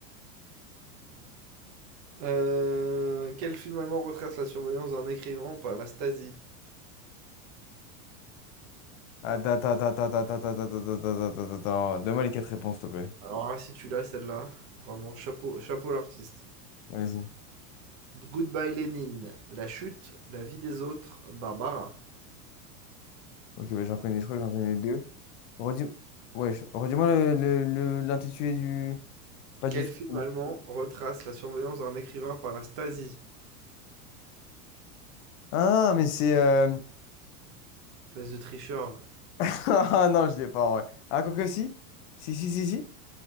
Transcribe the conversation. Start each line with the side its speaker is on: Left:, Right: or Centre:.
Right: Euh, quel film allemand retrace la surveillance d'un écrivain par la Stasi?
Left: Attends, attends, attends, attends, attends, attends, attends, attends, attends, attends, attends, attends. Donne-moi les quatre réponses, s'il te plaît.
Right: Alors là, si tu l'as, celle-là, vraiment chapeau, chapeau l'artiste.
Left: Vas-y.
Right: Goodbye Lénine. La chute, la vie des autres, Barbara.
Left: Ok, bah, j'en connais, je crois que j'en connais deux. Redis... Ouais, je- redis-moi le, le- le- l'intitulé du... Pas
Right: Quel
Left: du film.
Right: film allemand retrace la surveillance d'un écrivain par la Stasi?
Left: Ah, mais c'est... euh,
Right: Espèce de tricheur. va.
Left: <laughs> Ah non, je l'ai pas, ouais. Ah, quoi que si? Si, si, si, si.